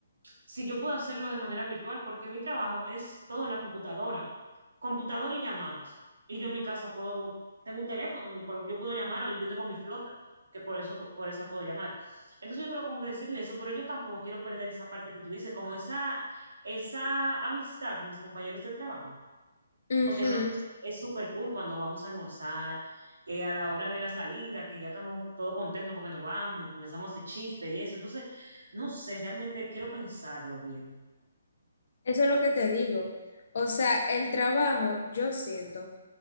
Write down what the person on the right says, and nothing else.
si yo puedo hacerlo de manera virtual, porque mi trabajo es todo en la computadora, computadora y llamadas. Y yo en mi casa puedo, tengo un teléfono en el cual yo puedo llamar o yo tengo mi flota, que por eso, por esa puedo llamar. Entonces yo creo como que decirle eso, pero yo tampoco quiero perder esa parte que tú dices, como esa, esa amistad con mis compañeros de trabajo.
Porque realmente es súper cool cuando vamos a almorzar, eh, a la hora de la salida, que ya estamos todos contentos porque nos vamos y comenzamos el chiste y eso. Entonces, no sé, realmente quiero pensarlo bien.